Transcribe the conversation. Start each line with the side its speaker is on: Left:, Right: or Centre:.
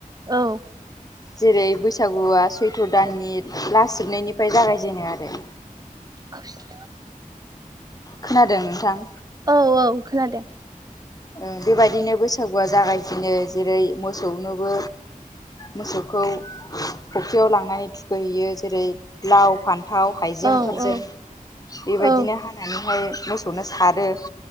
Right: औ
Left: जेरै बैसागुआ सैत्र' दाननि लास जोबनायनिफाय जागायजेनो आरो।
Right: <inaudible> हेल'
Left: खोनादों नोंथां?
Right: औ औ खोनादों।
Left: ओं बेबायदिनो बैसागुआ जागायजेनो जेरै मोसौनोबो मोसौखौ फख्रियाव लांनानै थुखैहैयो जेरै लाव, फान थाव हाइजेंफोरजों
Right: औ औ
Left: बेबायदिनो
Right: औ
Left: हानानैहाय मोसौनो सारो।